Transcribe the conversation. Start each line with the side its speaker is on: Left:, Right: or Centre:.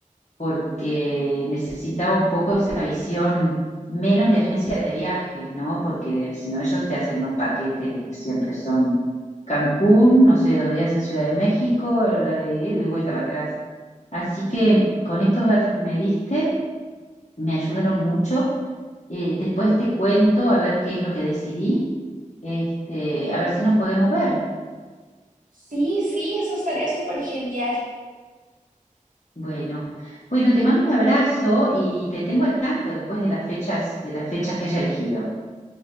Left: porque necesitaba un poco esa visión menos de agencia de viajes, ¿no? Porque si no, ellos te hacen unos paquetes que siempre son Cancún, no sé, dos días en Ciudad de México, y vuelta para atrás. Así que con estos datos que me diste, me ayudaron mucho. Eh, después te cuento a ver qué es lo que decidí, este, a ver si nos podemos ver.
Right: sí, sí, eso estaría súper genial.
Left: Bueno, bueno, te mando un abrazo y te tengo al tanto después de las fechas, de las fechas que haya elegido.